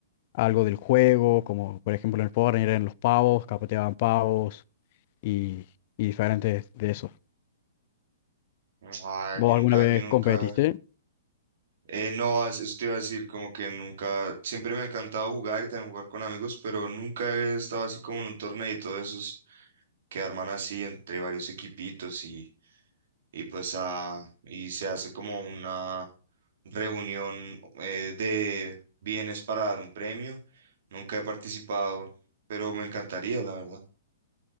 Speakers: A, on the left (about 50°); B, on the right (about 65°).
A: algo del juego, como por ejemplo en el Power Rangers, en los pavos, capaz te daban pavos y, y diferentes de esos.
B: Ah,
A: ¿Vos
B: yo nunca,
A: alguna vez
B: yo nunca,
A: competiste?
B: eh, no, es- eso te iba a decir, como que nunca, siempre me ha encantado jugar y también jugar con amigos, pero nunca he estado así como en un torneito de esos que arman así entre varios equipitos y, y pues, ah, y se hace como una, reunión eh, de bienes para dar un premio. Nunca he participado, pero me encantaría, la verdad. <laughs>